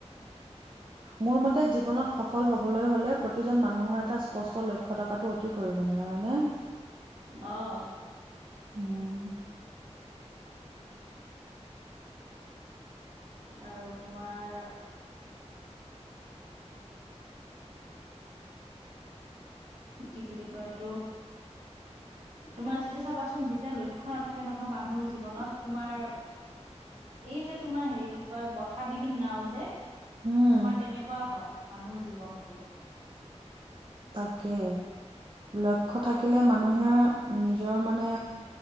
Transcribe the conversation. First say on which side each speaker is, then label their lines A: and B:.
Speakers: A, on the right; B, on the right.
A: উ <unintelligible>
B: মোৰ মতে জীৱনত সফল হবলৈ হলে প্ৰতিজন মানুহৰ এটা স্পষ্ট লক্ষ্য থকাটো অতি প্ৰয়োজনীয়। হয় নে।
A: অহ।
B: উম।
A: আৰু তোমাৰ। কি বুলি কয় এইটো। তোমাৰ যেতিয়া চাবাচোন যেতিয়া লক্ষ্য নাথাকে নহয় মানুহৰ জীৱনত তোমাৰ। এই যে তোমাৰ হেৰি কি কয় বঠা বিহীন নাও যে। তোমাৰ
B: উম
A: তেনেকোৱা হয় মানুহৰ জীৱনটো।
B: তাকে লক্ষ্য থাকিলে মানুহে নিজৰ মানে।